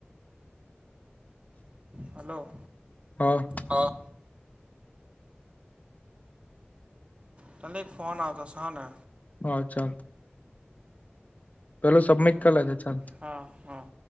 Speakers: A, on the right (about 30°); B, on the left (about 40°).
A: હલો
B: હ.
A: હ. ખાલી એક ફોન આવ તો સ હને
B: અચ્છા પેલું સબમિટ કરી લેજે ચાલ
A: હા હા.